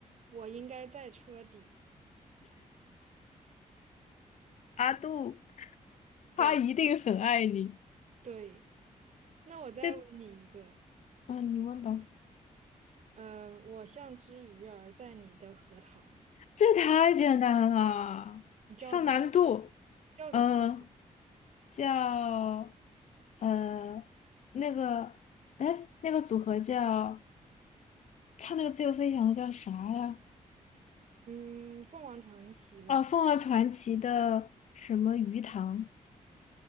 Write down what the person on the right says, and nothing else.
我应该在车底。
对
对，那我再问你一个，
嗯，我像只鱼儿在你的荷塘，
你叫啥？
叫啥嘛？
嗯，凤凰传奇。我看